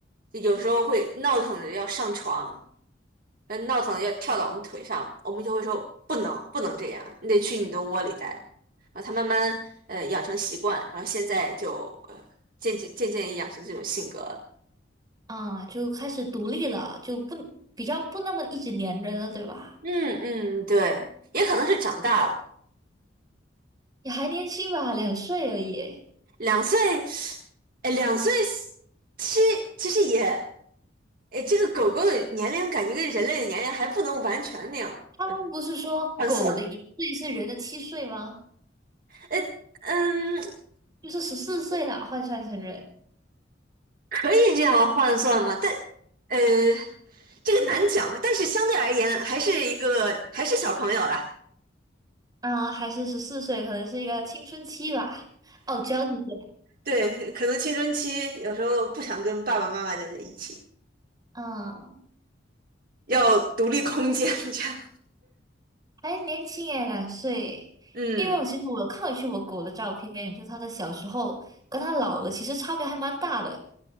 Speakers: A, on the right; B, on the right.
A: 就有时候会闹腾着要上床，呃，闹腾着要跳到我们腿上，我们就会说不能不能这样，你得去你的窝里待。然后它慢慢呃养成习惯，然后现在就呃渐渐渐渐也养成这种性格了。
B: 啊，就开始独立了，就不比较不那么一直粘人了，对吧？
A: 嗯嗯，对，也可能是长大了，
B: 也还年轻吧，两岁而已。
A: 两岁，哎，两岁其其实也，哎，这个狗狗的年龄感觉跟人类的年龄还不能完全那样
B: 他们不是说狗的一岁是人的七岁吗？
A: 换算，哎，嗯，
B: 就是十四岁啦，换算成人
A: 可以这样换算吗？但，呃，这个难讲，但是相对而言还是一个还是小朋友啦。
B: 啊，还是十四岁，可能是一个青春期吧，傲娇一点。
A: 对，可能青春期有时候不想跟爸爸妈妈待在一起，
B: 嗯
A: 要独立空间这样。
B: 还年轻耶，两岁耶因为我其实我有看回去我狗的照片，
A: 嗯
B: 就它的小时候跟它老了，其实差别还蛮大的。